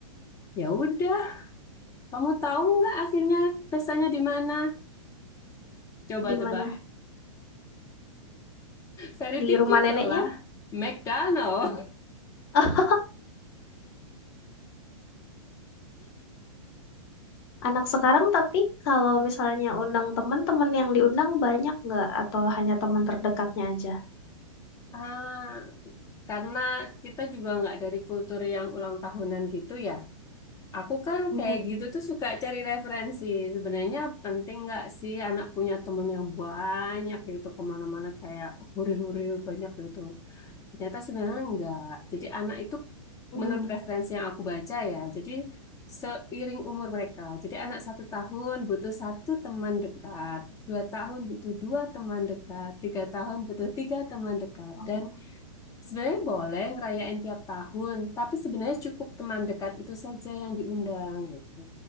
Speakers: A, on the left (about 20°); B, on the left (about 50°).
A: Ya udah, kamu tahu nggak akhirnya pestanya di mana? Coba
B: di
A: tebak.
B: mana?
A: Saya
B: Di
A: tipikal
B: rumah neneknya?
A: lah. McDonald. <laughs>
B: Ah, anak sekarang tapi kalau misalnya undang teman-teman yang diundang banyak nggak atau hanya teman terdekatnya aja?
A: Ah, karena kita juga nggak dari kultur yang ulang tahunan gitu ya. Aku kan
B: Mhm.
A: kayak gitu tuh suka cari referensi. Sebenarnya penting nggak sih anak punya temen yang banyak gitu kemana-mana kayak huri-huri banyak gitu. Ternyata sebenarnya enggak. Jadi anak itu
B: Mhm.
A: menurut referensi yang aku baca ya, jadi seiring umur mereka. Jadi anak satu tahun butuh satu teman dekat, dua tahun butuh dua teman dekat, tiga tahun butuh tiga teman dekat.
B: Oh,
A: Dan sebenarnya boleh ngerayain tiap tahun, tapi sebenarnya cukup teman dekat itu saja yang diundang gitu.